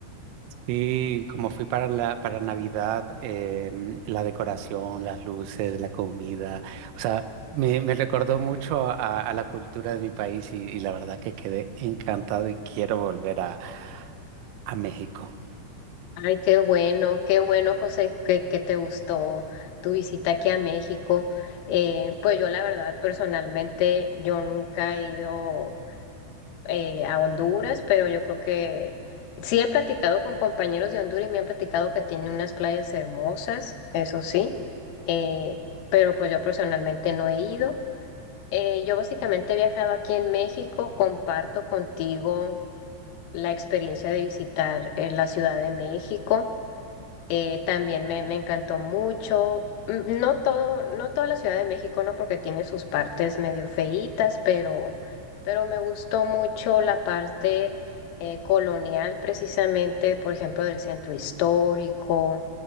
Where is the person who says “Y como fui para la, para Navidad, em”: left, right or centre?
Right